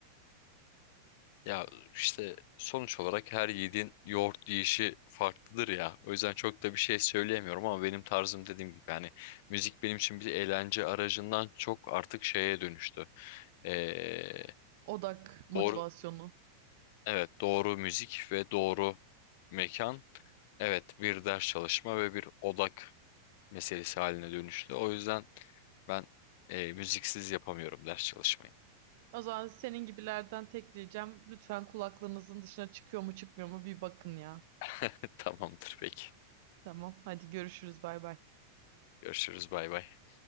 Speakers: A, on the left (about 55°); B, on the right (about 55°).
A: Ya işte sonuç olarak her yiğidin yoğurt yiyişi farklıdır ya. O yüzden çok da bir şey söyleyemiyorum ama benim tarzım dediğim gibi yani müzik benim için bir eğlence aracından çok artık şeye dönüştü. Ee,
B: Odak motivasyonu.
A: doğru evet doğru müzik ve doğru mekan evet bir ders çalışma ve bir odak meselesi haline dönüştü. O yüzden ben e, müziksiz yapamıyorum ders çalışmayı.
B: O zaman senin gibilerden tek ricam lütfen kulaklığınızın dışına çıkıyor mu çıkmıyor mu bir bakın ya.
A: <laughs> Tamamdır peki.
B: Tamam hadi görüşürüz bay bay.
A: Görüşürüz bay bay.